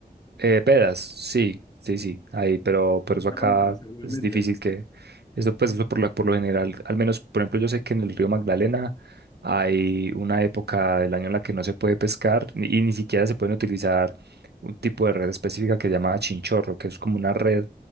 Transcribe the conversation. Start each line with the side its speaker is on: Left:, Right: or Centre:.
Right: Eh, Vedas, sí, sí, sí, ahí, pero, pero
Left: y
Right: eso
Left: se
Right: acá
Left: rompen seguramente,
Right: es difícil
Left: ¿no?
Right: que, eso pues eso por lo, por lo general, al menos, por ejemplo, yo sé que en el río Magdalena hay una época del año en la que no se puede pescar ni- y ni siquiera se pueden utilizar un tipo de red específica que se llama chinchorro, que es como una red